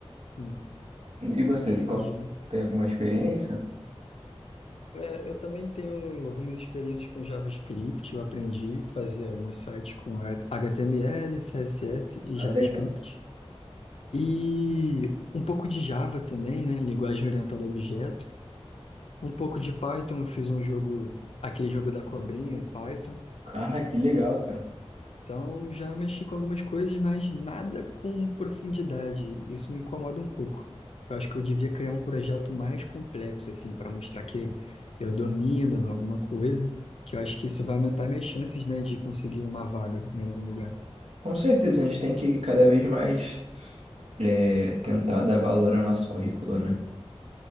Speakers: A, on the left; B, on the right.
A: Sim,
B: E vocês,
A: entendi.
B: qual, tem alguma experiência?
A: É, eu também tenho algumas experiências com JavaScript. Eu aprendi a fazer alguns sites com HTML, CSS e
B: Ah,
A: JavaScript.
B: legal.
A: E um pouco de Java também, né? Linguagem orientada a objeto. Um pouco de Python. Eu fiz um jogo, aquele jogo da cobrinha em Python.
B: Ah, que legal, cara.
A: Então, já mexi com algumas coisas, mas nada com profundidade. Isso me incomoda um pouco. Eu acho que eu devia criar um projeto mais complexo, assim, para mostrar que eu domino alguma coisa, que eu acho que isso vai aumentar minhas chances, né, de conseguir uma vaga em algum lugar.
B: Com certeza, a gente tem que cada vez mais é, tentar dar valor ao nosso currículo, né?